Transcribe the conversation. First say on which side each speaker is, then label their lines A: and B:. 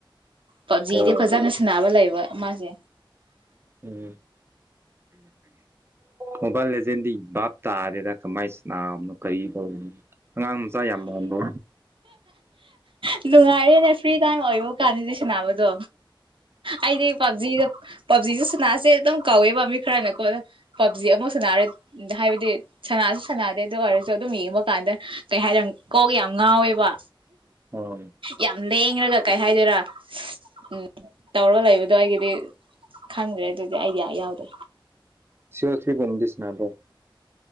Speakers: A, on the right (about 75°); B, on the right (about 30°).
A: ꯄꯞꯖꯤꯗꯤ
B: ꯑꯣ
A: ꯐꯖꯅ ꯁꯅꯕ ꯂꯩꯕ ꯃꯥꯁꯦ
B: ꯎꯝ ꯃꯣꯕꯥꯏꯜ ꯂꯖꯦꯟꯗꯤ ꯞ ꯇꯥꯔꯦꯗ ꯀꯃꯥꯏꯅ ꯁꯅꯥꯕꯅꯣ ꯀꯔꯤ ꯇꯧꯅꯣ ꯑꯉꯥꯡ ꯃꯆꯥ ꯌꯥꯝ ꯃꯟꯥꯟꯕꯣ
A: ꯂꯅꯨꯡꯉꯥꯏꯔꯤꯅꯦ ꯐ꯭ꯔꯤ ꯇꯥꯏꯝ ꯑꯣꯏꯕ ꯀꯥꯟꯗꯨꯁꯤꯅꯅꯥꯕꯗꯣ ꯑꯩꯗꯤ ꯄꯕꯖꯤꯗ ꯄꯞꯖꯤꯗ ꯁꯅꯥꯁꯦ ꯑꯗꯨꯝ ꯀꯧꯋꯦ ꯄꯥꯝꯃꯤ ꯈꯔꯅꯀꯣꯅ ꯄꯞꯖꯤ ꯑꯃꯨ ꯁꯅꯔꯦ ꯍꯥꯏꯕꯗꯤ ꯁ ꯁꯥꯟꯅꯗꯦ ꯑꯗꯨ ꯑꯣꯏꯔꯁꯨ ꯑꯗꯨꯝ ꯌꯦꯡꯕ ꯀꯥꯟꯗ ꯀꯩ ꯍꯥꯏꯔ ꯀꯣꯛꯒ ꯌꯥꯝ ꯉꯥꯎꯋꯦꯕ
B: ꯑꯣ
A: ꯌꯥꯝ ꯂꯦꯡꯉꯒ ꯀꯩ ꯍꯥꯏꯗꯣꯏꯔꯥ ꯎꯝ ꯇꯧꯔꯒ ꯂꯩꯕꯗꯣ ꯑꯩꯒꯤꯗꯤ ꯈꯪꯗ꯭ꯔꯦ ꯑꯗꯨꯗꯤ ꯑꯥꯏꯗꯤꯌꯥ ꯌꯥꯎꯗ꯭ꯔꯦ
B: ꯁꯤꯔ ꯁꯤꯕꯗꯤꯁꯅꯕꯣ